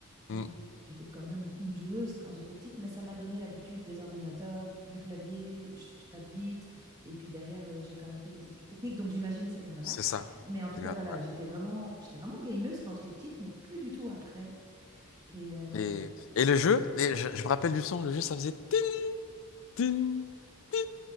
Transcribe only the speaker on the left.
ouais. hmm,
c'est ça.
C'est
grave.
Et, et le jeu, et je, je me rappelle du son, le jeu, ça faisait... tin, tin, tin,